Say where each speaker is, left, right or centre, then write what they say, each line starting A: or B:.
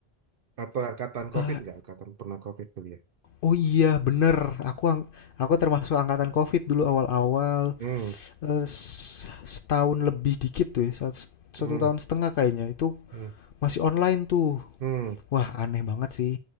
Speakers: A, on the right (about 65°); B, on the left (about 65°).
A: Atau angkatan COVID
B: Eee,
A: nggak? Angkatan pernah COVID kuliah?
B: oh iya bener, aku ang aku termasuk angkatan Covid dulu awal-awal,
A: Hmm,
B: eee, se setahun lebih dikit tuh ya, satu
A: hmm,
B: satu tahun setengah kayaknya, itu
A: hmm,
B: masih online tuh.
A: hmm,
B: Wah, aneh banget sih,